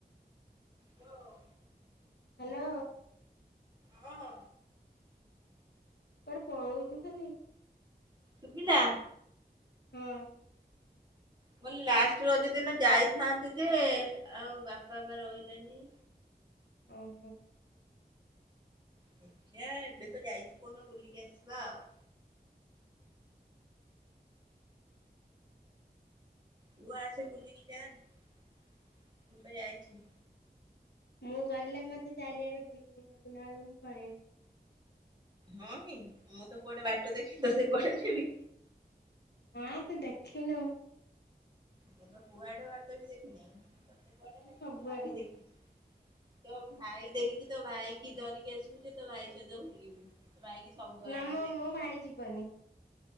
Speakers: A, on the right; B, on the left.
A: ହାଲୋ।
B: ହାଲୋ।
A: ହଁ।
B: କୁଆଡେ ପଳୋଉଚୁ ଖାଲି
A: ସୁବିଲା
B: ହଁ
A: ମୁଁ କହିଲି ଲାଷ୍ଟ ରଜ ଦିନ ଯାଇଥାନ୍ତୁ ଯେ ଆଉ ବାପା ପା ରହିଲେନି।
B: ଓହୋ।
A: ଦେଖିଆ ଏବେ ତ ଯାଇଛି କୋଉଦିନ ବୁଲିକି ଆସିବା ଆଉ। ତୁ ଆସେ ବୁଲିକି ଯା ମୁଁ ତ ଯାଇଚି।
B: ମୁଁ ଗଲେ ମତେ ଚାରିଆଡେ ବୁଲେଇନ ବୁଲାଲେ ମୁଁ ପଳେଇ ଆସିବି।
A: ହଁ କି ମୁଁ ତ କୁଆଡେ ବାଟ ଦେଖିନି ତତେ କୁଆଡେ ନେବି
B: ହଁ ତୁ ଦେଖିନୁ
A: ମୁଁ ତ କୁଆଡେ ବାଟ ବି ଦେଖିନି। <unintelligible>
B: ତୁ ସବୁଆଡେ
A: ଭାଇ ଦେଖିଛୁ ତୋ ଭାଇ ଦେଖି ଭାଇ କି ଧରିକି ଆସିବୁ ତୋ ଭାଇ ସହିତ ବୁଲିବୁ। ତୋ ଭାଇକି ସବୁଆଡେ
B: ନା ମ
A: ଦେଖିଛି
B: ମୋ ଭାଇ ଯିବନି।